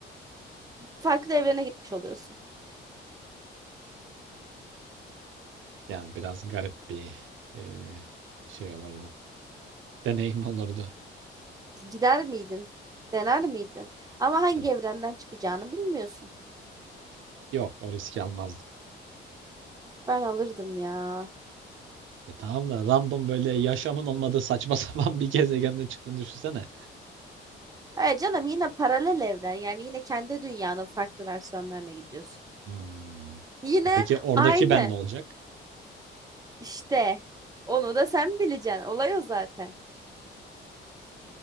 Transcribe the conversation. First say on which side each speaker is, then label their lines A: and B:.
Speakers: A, on the right (about 20°); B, on the right (about 75°).
A: farklı evrene gitmiş oluyorsun.
B: Yani biraz garip bir e, şey olurdu. <laughs> Deneyim olurdu.
A: Gider miydin? Dener miydin? Ama hangi
B: E,
A: evrenden çıkacağını bilmiyorsun.
B: yok o riski almazdım.
A: Ben alırdım ya.
B: E, tamam da random böyle yaşamın olmadığı saçma <laughs> sapan bir gezegende çıktığını düşünsene.
A: E canım yine paralel evren. Yani yine kendi dünyanın farklı versiyonlarına gidiyorsun.
B: Hmm.
A: Yine
B: E peki oradaki
A: aynı
B: ben ne olacak?
A: işte. Onu da sen bileceksin. Olay o zaten.